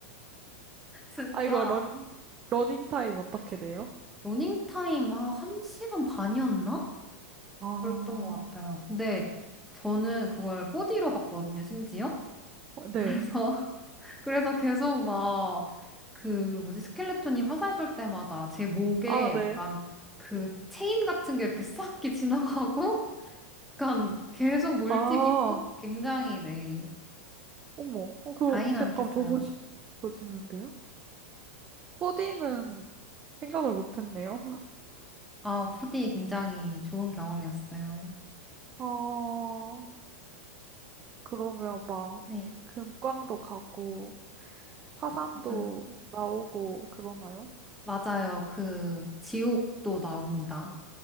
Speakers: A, in the centre; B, on the right.
A: <laughs> 진짜.
B: 아, 이거 런, 러닝 타임 어떻게 돼요?
A: 러닝타임, 아, 한 시간 반이었나?
B: 아,
A: 그랬던 것 같아요. 근데 저는 그걸 4D로 봤거든요, 심지어.
B: 네.
A: 그래서, <laughs> 그래서 계속 막, 그, 뭐지, 스켈레톤이 화살 쏠 때마다 제 목에
B: 아,
A: 약간
B: 네.
A: 그 체인 같은 게 이렇게 싹 이렇게 지나가고, 약간 계속 물튀기고,
B: 아,
A: 굉장히, 네,
B: 어머. 어, 그
A: 다이나믹했어요.
B: 약간 보고 싶어지는데요? 코디는 생각을 못했네요.
A: 아, 4D 굉장히 좋은 경험이었어요.
B: <laughs> 어, 아, 그러면 막
A: 네,
B: 금광도 가고 화산도
A: 맞아요.
B: 나오고 그러나요?
A: 맞아요. 그, 지옥도 나옵니다.